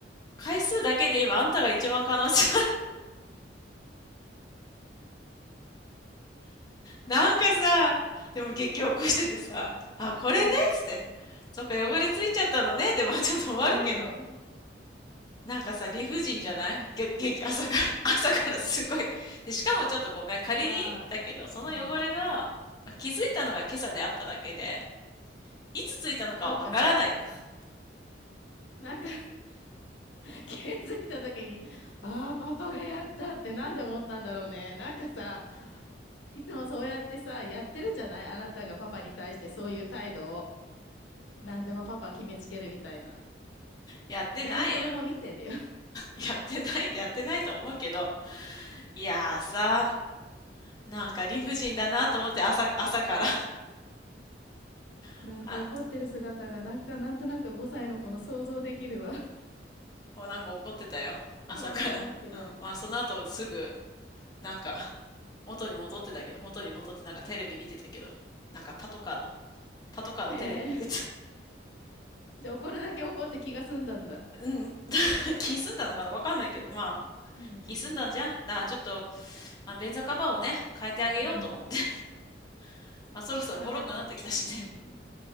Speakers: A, on the left (about 20°); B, on the left (about 80°).
A: 回数だけで言えばあんたが一番可能性なんかさ、でも激起こしててさ、あ、これねっつって。
B: ん。もう、
A: そっか、汚れついちゃったのね。でも、まあちょっと終わるけど。
B: うん。
A: なんかさ、理不尽じゃないげ、
B: うん。
A: 激、朝から、<laughs> 朝からすごい。で、しかもちょっとごめん。仮に、
B: まあ、
A: だけど、その汚れが、
B: うん。
A: まあ気づいたのが今朝であっただけで、いつついたのかはわからないの。
B: そうか、そうか。
A: <laughs>
B: なんか、<laughs> 気づいた時に、ああ、パパがやったってなんで思ったんだろうね。なんかさ、いつもそうやってさ、やってるんじゃないあなたがパパに対してそういう態度を。何でもパパ決めつけるみたいな。
A: やってないやん。
B: 意外に子供見てるよ。<laughs>
A: やってないでやってないと思うけど。いやーさ、なんか理不尽だなと思って朝、朝から。
B: なんか怒ってる姿が、
A: <laughs>
B: なんかなんとなく5歳の子の想像できるわ。
A: もうなんか怒ってたよ。朝から。
B: 可愛いいけど。
A: うん。まあその後すぐ、なんか、元に戻ってたけど、元に戻ってなんかテレビ見てたけど、なんかパトカーの、パトカーのテレビ見てた。
B: へえ。じゃあ怒るだけ怒って気が済んだんだ。
A: うん。<laughs> 気済んだのかなわかんないけど、まあ、
B: うん。
A: 気済んだんじゃんだからちょっと、まあ便座カバーをね、変えてあげようと思って。
B: うん。
A: <laughs> まあそろそろボロくなってきたしね。
B: あ、じゃあ、うん。